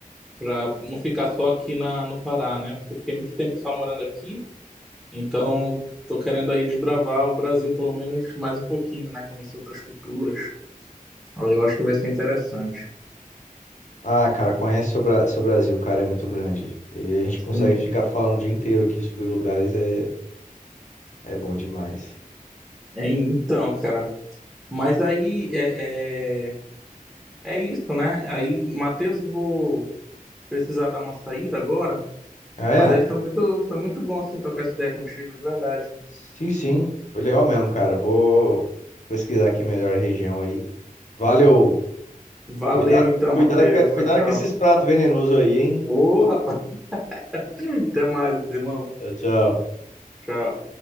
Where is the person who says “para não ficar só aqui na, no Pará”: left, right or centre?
Centre